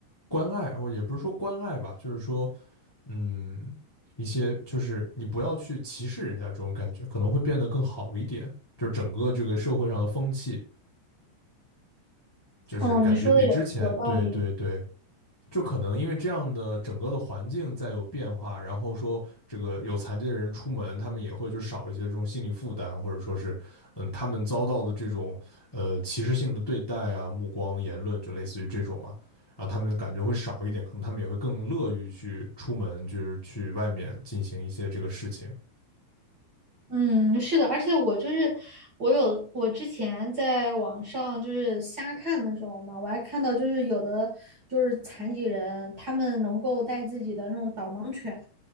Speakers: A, in the centre; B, on the right.
A: 关爱，哦，也不是说关爱吧，就是说。嗯，一些就是你不要去歧视人家这种感觉，可能会变得更好一点。就是整个这个社会上的风气，就是感觉比之前，
B: 哦，你说的有有道理。
A: 对对对，就可能因为这样的整个的环境在有变化，然后说这个有残疾的人出门，他们也会就少一些这种心理负担，或者说是，嗯，他们遭到的这种呃歧视性的对待啊、目光、言论，就类似于这种嘛，然后他们感觉会少一点，可能他们也会更乐于去出门，就是去外面进行一些这个事情。
B: 嗯，是的，而且我就是我有我之前在网上就是瞎看的时候嘛，我还看到就是有的就是残疾人，他们能够带自己的那种导盲犬，